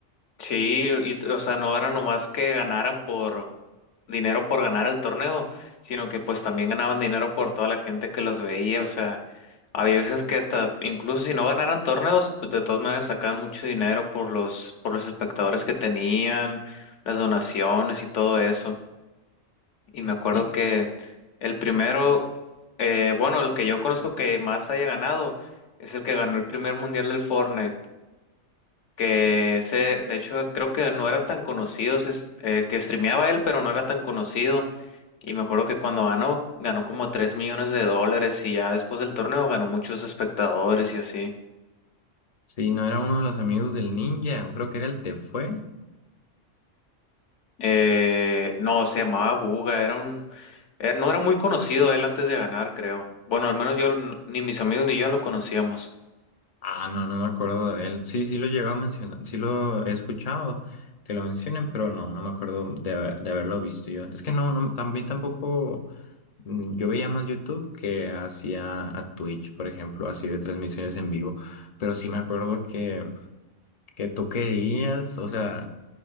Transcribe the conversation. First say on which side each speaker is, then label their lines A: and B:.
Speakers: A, on the left; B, on the left.
A: Sí, y, t- o sea, no era nomás que ganaran por dinero por ganar el torneo, sino que pues también ganaban dinero por toda la gente que los veía, o sea, había veces que hasta incluso si no ganaran torneos, pues de todas maneras sacaban mucho dinero por los por los espectadores que tenían, las donaciones y todo eso. Y me acuerdo
B: Sí,
A: que el primero, eh, bueno, el que yo conozco que más haya ganado es el que ganó el primer mundial del Fortnite, que ese, de hecho, creo que no era tan conocido, se es- eh, que streameaba él, pero no era tan conocido. Y me acuerdo que cuando ganó, ganó como 3 millones de dólares y ya después del torneo ganó muchos espectadores y así.
B: sí, no era uno de los amigos del ninja, o creo que era el Tefue.
A: Eh, no, se llamaba Buga, era un, eh, no era muy conocido él antes de ganar, creo. Bueno, al menos yo, n- ni mis amigos ni yo lo conocíamos.
B: Ah, no, no me acuerdo de él. Sí, sí lo llegó a mencionar, sí lo he escuchado que lo mencionen, pero no, no me acuerdo de, haber- de haberlo visto yo. Es que no, no, a mí tampoco, mm, yo veía más YouTube que hacía a Twitch, por ejemplo, así de transmisiones en vivo, pero sí me acuerdo que, que tú querías, o sea,